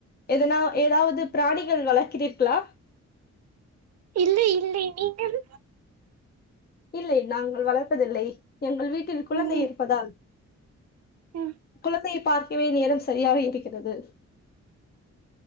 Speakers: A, on the left; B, on the right.
A: எதனா ஏதாவது பிராணிகள் வளர்க்கிறீக்களா
B: இல்லை இல்லை நீங்கள்
A: இல்லை நாங்கள் வளர்ப்பதில்லை எங்கள் வீட்டில் குழந்தை
B: ம்
A: இருப்பதால்
B: ம்
A: குழந்தை பார்க்கவே நேரம் சரியாக இருக்கிறது